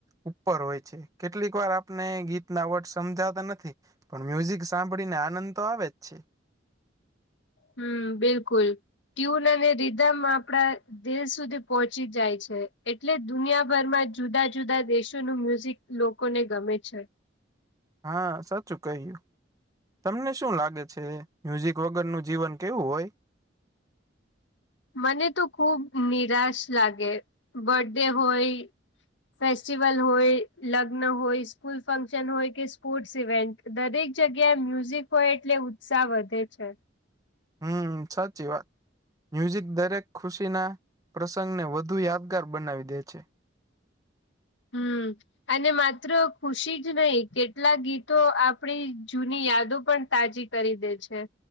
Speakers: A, on the right; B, on the left.
A: ઉપર હોય છે કેટલીક વાર આપને ગીત ના વર્ડ સમજાતા નથી. પણ મ્યુઝિક સાંભળીને આનંદ તો આવે જ છે.
B: હમ બિલકુલ ટ્યુન અને રીધમ આપડા. દિલ સુધી પહોંચી જાય છે, એટલે દુનિયાભરમાં જુદા જુદા દેશોનું મ્યુઝિક. લોકો ને ગમે છે.
A: હા સાચું કહ્યું તમને શું લાગે છે મ્યુઝિક વગર નું જીવન કેવું હોય.
B: મને તો ખુબ નિરાશ લાગે બર્ડે હોય ફેસ્ટિવલ હોય, લગ્ન હોય, સ્કૂલ ફંક્શન હોય, કે સ્પોર્ટ્સ ઇવેન્ટ દરેક જગ્યાએ મ્યુઝિક હોય એટલે ઉત્સાહ વધે છે.
A: હમ સાચી વાત મ્યુઝિક દરેક ખુશીના પ્રસંગને વધુ યાદગાર બનાવી દે છે.
B: હમ. અને માત્ર ખુશી જ નહી કેટલા ગીતો આપણી જૂની યાદો પણ તાજી કરી દે છે.